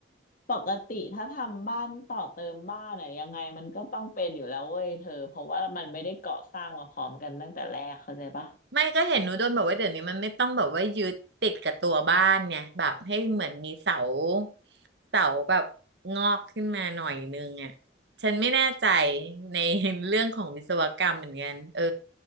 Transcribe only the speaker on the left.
ปกติถ้าทำบ้านต่อเติมบ้านอะยังไงมันก็ต้องเป็นอยู่แล้วเว้ยเธอเพราะว่ามันไม่ได้ก่อสร้างมาพร้อมกันตั้งแต่แรกเข้าใจปะ